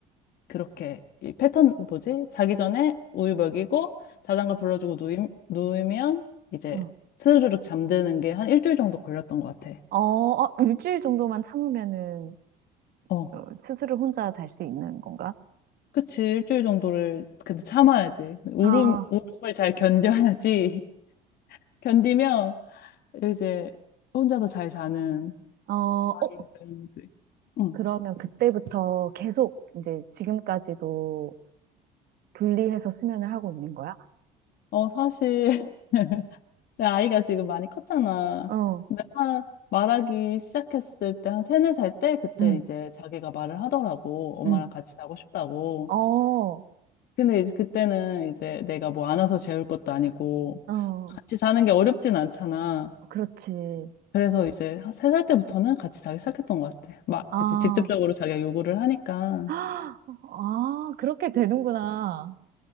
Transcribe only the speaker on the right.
어,
어, 어, 일주일 정도만 참으면은,
어, 스스로 혼자 잘 수 있는 건가?
아,
어, 어,
그러면 그때부터 계속 이제 지금까지도 분리해서 수면을 하고 있는 거야?
어,
응,
응.
어,
어,
그렇지.
아,
<gasps> 아, 그렇게 되는구나.